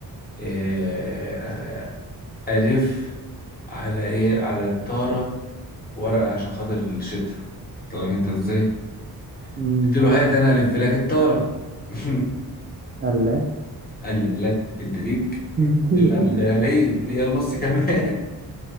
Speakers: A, on the left; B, on the right.
A: إيه آه، الف على ايه على الطاره ورقه عشان خاطر الشتا قلت لك انت ازاي
B: أمم.
A: قلت له هات انا الف لك الطاره <laughs>
B: الله
A: قال لي لا انت ليك
B: <laughs>
A: قلت له ده ليا ليا ونص كمان